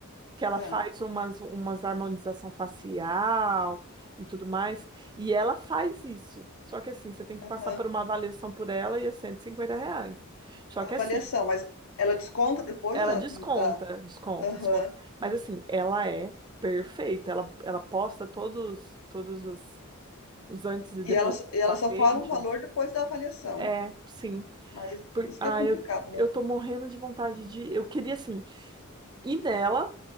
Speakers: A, on the right; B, on the left.
A: que ela
B: ah,
A: faz umas umas harmonização facial e tudo mais, e ela faz isso. Só que assim, você tem que
B: aham.
A: passar por uma avaliação por ela e é 150 reais. Só
B: A
A: que
B: avaliação,
A: assim,
B: mas ela desconta depois
A: ela
B: da.
A: desconta,
B: da-
A: desconta,
B: Aham.
A: desconta. Mas assim, ela é perfeita. Ela, ela posta todos todos os os antes e depois
B: E ela,
A: do
B: e ela
A: paciente?
B: só fala o valor depois da avaliação.
A: É, sim.
B: Mas
A: Por-
B: isso que
A: ah,
B: é complicado,
A: eu,
B: né?
A: eu tô morrendo de vontade de. Eu queria, assim, ir nela,